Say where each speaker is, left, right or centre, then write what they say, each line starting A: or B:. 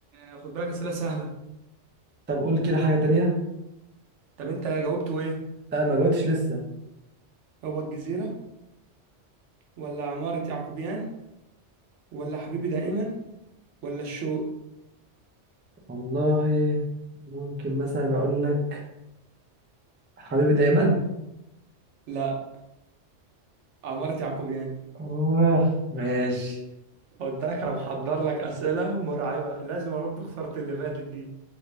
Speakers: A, on the right (about 80°); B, on the right (about 20°).
A: آه، خد بالك اسئله سهله
B: طب قول كده حاجة تانية
A: طب انت جاوبته ايه
B: لا ما جاوبتش لسه
A: هو الجزيره ولا عماره يعقوبيان ولا حبيبي دائما ولا الشوق
B: والله ممكن مثلا اقول لك حبيبي دايما
A: لا عماره يعقوبيان
B: اوه ماشي
A: خد بالك انا محضر لك اسئله مرعبه لازم ارد خساره اللي فاتت دي